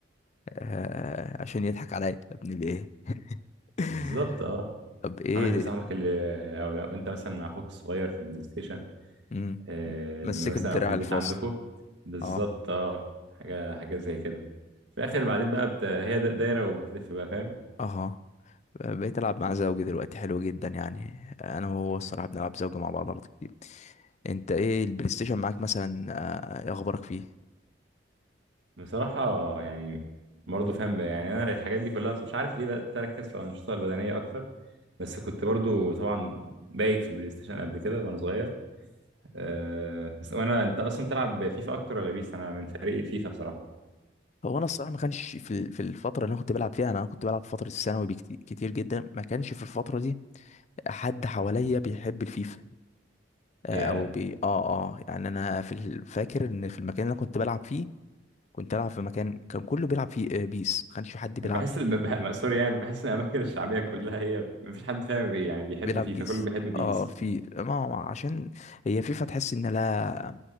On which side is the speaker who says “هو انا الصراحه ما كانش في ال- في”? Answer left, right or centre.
Left